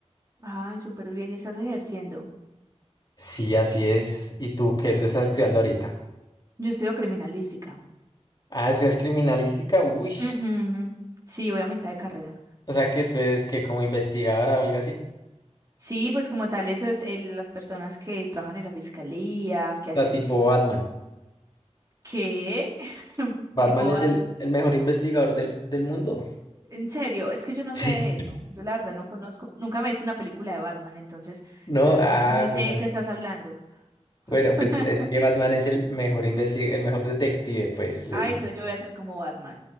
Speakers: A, on the right (about 30°); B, on the left (about 35°).
A: ah, súper bien, y estás ejerciendo.
B: Sí, así es. ¿Y tú qué? ¿Tú estás estudiando ahorita?
A: Yo estudio criminalística.
B: Ah, es criminalística? Uy.
A: Ujú. Sí, voy a mitad de carrera.
B: O sea, que tú eres que como investigadora o algo así.
A: Sí, pues como tal, eso es eh, las personas que trabajan en la fiscalía, que
B: O
A: hacen,
B: sea, tipo Batman.
A: ¿qué? <laughs>
B: Batman
A: Tipo,
B: es el, el mejor investigador del, del mundo. <laughs>
A: En serio, es que yo no
B: Sí.
A: sé de eso. Yo la verdad no conozco. Nunca me he visto una película de Batman, entonces
B: No,
A: yo no
B: ah,
A: ni sé
B: mi
A: de
B: ma-
A: qué estás hablando.
B: bueno,
A: <laughs>
B: pues es que Batman es el mejor investi- el mejor detective, pues le
A: Ay,
B: dicen.
A: entonces yo voy a ser como Batman.